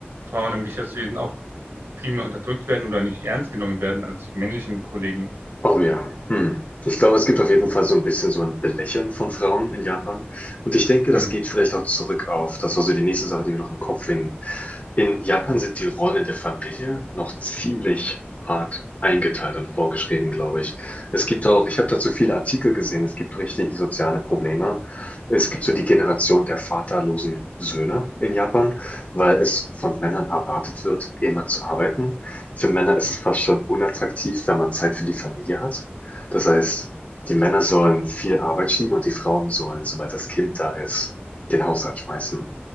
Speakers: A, on the right (about 80°); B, on the left (about 35°).
A: Frauen im Geschäftswesen auch viel mehr unterdrückt werden oder nicht ernst genommen werden als die männlichen Kollegen.
B: Oh ja. Hm. Ich glaube, es gibt auf jeden Fall so ein bisschen so ein Belächeln von Frauen in Japan. Und ich denke,
A: Mhm.
B: das geht vielleicht auch zurück auf, das war so die nächste Sache, die mir noch im Kopf hing, in Japan sind die Rollen in der Familie noch ziemlich hart eingeteilt und vorgeschrieben, glaube ich. Es gibt auch, ich habe dazu viele Artikel gesehen, es gibt richtig soziale Probleme. Es gibt so die Generation der vaterlosen Söhne in Japan, weil es von Männern erwartet wird, immer zu arbeiten. Für Männer ist es fast schon unattraktiv, wenn man Zeit für die Familie hat. Das heißt, die Männer sollen viel Arbeit schieben und die Frauen sollen, sobald das Kind da ist, den Haushalt schmeißen.